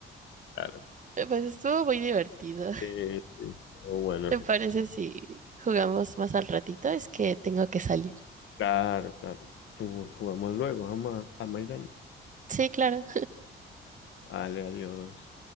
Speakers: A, on the left; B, on the right.
A: claro.
B: Pues estuvo muy divertido.
A: Sí, sí. O bueno,
B: ¿Te parece si jugamos más al ratito? Es que tengo que salir.
A: claro, claro. Jugamos luego, vamos a, a Maidán.
B: Sí, claro.
A: Vale, adiós.